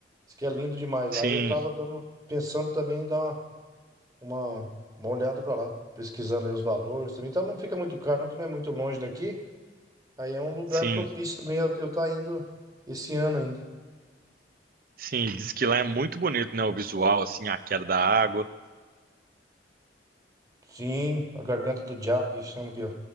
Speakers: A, on the right (about 20°); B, on the right (about 55°).
A: Diz que é lindo demais
B: Sim,
A: lá. E eu tava dando, pensando também em dar uma, uma, uma olhada pra lá, pesquisando aí os valores também. Então não fica muito caro, não, que não é muito longe daqui. Aí é um lugar
B: sim,
A: propício também, eu, eu tá indo esse ano ainda.
B: sim. Diz que lá é muito bonito, né? O visual, assim, a queda da água.
A: Sim, a Garganta do Diabo, que chama aqui, ó.